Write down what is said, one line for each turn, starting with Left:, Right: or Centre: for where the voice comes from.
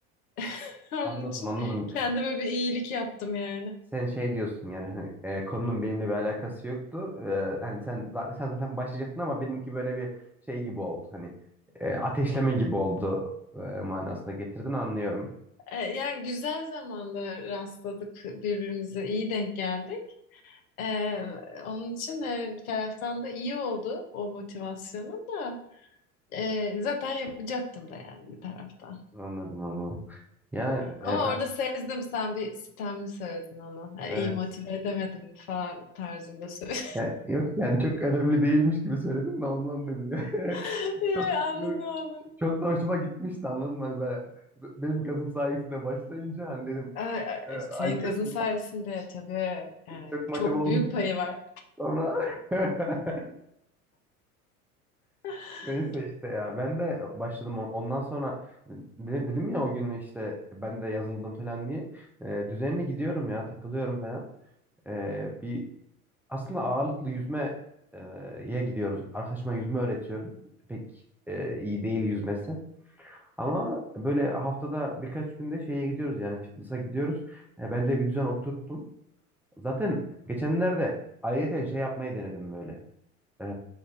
Left: <laughs> Onun
Centre: Anladım
Left: için
Centre: anladım.
Left: kendime bir iyilik yaptım yani.
Centre: Sen şey diyorsun yani hani, e, konunun benimle bir alakası yoktu. E, hani sen zaten sen zaten başlayacaktın ama benimki böyle bir şey gibi oldu. Hani e, ateşleme gibi oldu e, manasına getirdin anlıyorum.
Left: E, yani güzel zamanda rastladık birbirimize iyi denk geldik. E, onun için e, bir taraftan da iyi oldu o motivasyonun da. Ee, zaten yapacaktım da yani bir tarafta.
Centre: Anladım anladım. Ya
Left: Ama
Centre: e, ben
Left: orada sezdim sen bir sitemli söyledin onu. Yani
Centre: evet.
Left: iyi motive edemedim falan tarzında söyledin.
Centre: Ya, yok yani çok önemli değilmiş gibi söyledim de ondan dedim ya.
Left: <laughs>
Centre: <laughs>
Left: Yani
Centre: Çok,
Left: anladım onu.
Centre: çok da hoşuma gitmişti anladın mı? Hani ben, benim kazım sayesinde başlayınca hani dedim
Left: Ay,
Centre: e,
Left: ay,
Centre: ay
Left: Senin
Centre: çok,
Left: kızın sayesinde tabii yani
Centre: çok motive
Left: çok
Centre: olmuştum
Left: büyük payı var.
Centre: sonra. <laughs>
Left: <laughs>
Centre: Neyse işte ya ben de başladım O- ondan sonra de- dedim ya o gün işte ben de yazıldım falan diye E, düzenli gidiyorum ya takılıyorum falan. E, bir Aslında ağırlıklı yüzmeye gidiyoruz. Arkadaşıma yüzme öğretiyorum. Pek e, iyi değil yüzmesi. Ama böyle haftada birkaç günde şeye gidiyoruz yani fitness'a gidiyoruz. E, ben de bir düzen oturttum. Zaten geçenlerde ayrıyeten şey yapmayı denedim böyle. E,